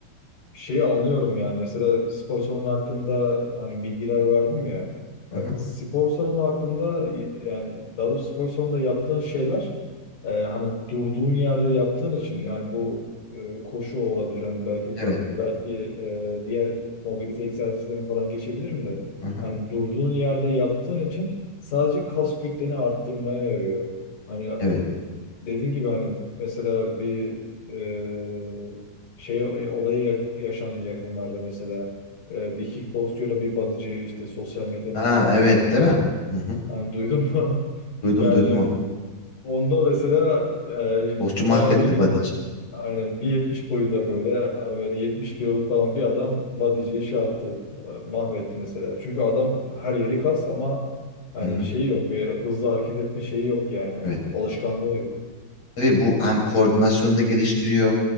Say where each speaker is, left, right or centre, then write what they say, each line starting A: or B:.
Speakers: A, on the left; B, on the left.
A: şeyi anlıyorum yani mesela spor salonu hakkında hani bilgiler verdim ya. Ya
B: Hı hı.
A: spor salonu hakkında yani daha doğrusu spor salonunda yaptığın şeyler e, hani durduğun yerde yaptığın için yani bu e, koşu olabilir hani belki
B: Evet.
A: belki e, diğer mobilite egzersizlerine falan geçebilirim de
B: Hı hı.
A: hani durduğun yerde yaptığın için sadece kas kütleni arttırmaya yarıyor. Hani
B: Evet.
A: dediğin gibi hani mesela bir e, şey olayı yak- yaşandı yakınlarda mesela E, bir kickboksçuyla bir bodyci işte sosyal medyadan
B: Ha
A: kavga
B: evet
A: et.
B: değil mi? Hı hı.
A: Hani duydun mu? <laughs>
B: Duydum
A: Yani
B: duydum onu.
A: onda mesela e,
B: Boşçu
A: bayağı
B: mahvetti
A: bildiğin
B: body'ciyi.
A: aynen 1.70 boyunda böyle böyle 70 kiloluk falan bir adam bodyciyi şey yaptı e, mahvetti mesela. Çünkü adam her yeri kas ama hani
B: Hı hı.
A: şeyi yok bir hızlı hareket etme şeyi yok yani.
B: Evet.
A: Alışkanlığı yok.
B: Tabii bu hem koordinasyonu da geliştiriyor.